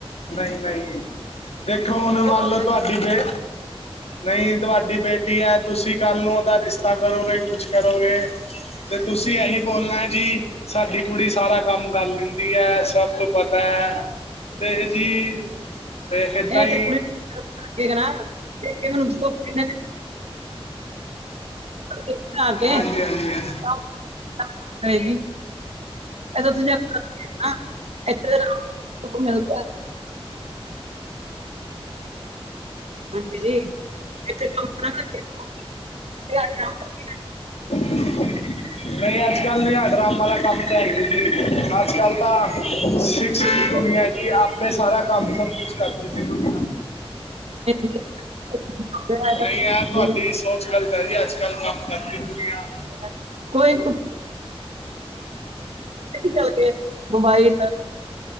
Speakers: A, on the left; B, on the right.
A: ਨ‌ਈ, ਨ‌ਈ। ਦੇਖੋ! ਹੁਣ
B: ਚਲੋ
A: ਮੰਨ ਲੋ ਤੁਹਾਡੀ ਬੇ ਨ‌ਈ ਤੁਹਾਡੀ ਬੇਟੀ ਏ। ਤੁਸੀਂ ਕੱਲ ਨੂੰ ਉਦਾ ਰਿਸ਼ਤਾ ਕਰੋਗੇ ਕੁਛ ਕਰੋਗੇ ਤੇ ਤੁਸੀਂ ਏਹੀ ਬੋਲਣਾ ਏ ਜੀ। ਸਾਡੀ ਕੁੜੀ ਸਾਰਾ ਕੰਮ ਕਰ ਲੈਂਦੀ ਐ ਸਬ ਕੋ ਪਤੈ। ਤੇ ਜੀ, ਤੇ
B: ਇਹ-
A: ਏਦਾਂ
B: ਇਹ
A: ਈ
B: ਤੇ ਕੁੜੀ ਠੀਕ ਨਾ, ਏ ਮੈਨੂੰ ਉਸ ਤੋਂ ਏਨਾਂ ਦੀ ਦੇਖ ਕੇ ਆਗੇ,
A: ਹਾਂਜੀ ਹਾਂਜੀ ਹਾਂਜੀ।
B: ਓ <unintelligible> ਕਏਗੀ। ਏਦਾ ਓਥੇ ਜਾ ਕੇ ਕਰਕੇ ਨਾ <unintelligible> ਸੁਖ ਮਿਲਦਾ। ਹਾਂਜੀ ਜੀ, ਏਥੇ ਕੌਂਟਰ ਆ ਨਾ <unintelligible>
A: ਨਈਂ ਅੱਜ-ਕੱਲ ਨਈਂ ਆ ਡਰੰਮ ਆਲਾ ਕੰਮ ਤਾਂ ਹੈ ਨੀ ਜੀ ਅੱਜ-ਕੱਲ ਤਾਂ ਸਿਕਸ ਦੀ
B: ਨਹੀਂ
A: ਦੁਨੀਐ ਜੀ ਆਪੇ ਸਾਰਾ ਕੰਮ ਸਬ ਕੁਛ ਕਰਦੀ ਸੀ ਦੁਨੀਆਂ।
B: ਜੀ, ਇਹ ਤਾਂ
A: ਨਈ ਯਾਰ ਘਰ ਦੀ ਸੋਚ ਗੱਲ ਪੈ ਰਈ ਐ ਅੱਜ-ਕੱਲ ਕੰਮ ਕਰਦੀ ਨੀ ਦੁਨੀਆਂ।
B: ਕੋਈ ਨੂੰ- ਏ ਵੀ ਗੱਲ ਤੇ ਐ, ਮੋਬਾਇਲ